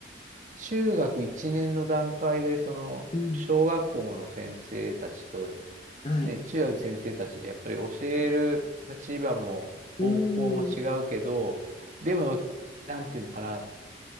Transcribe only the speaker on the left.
うん、
はい。
うん、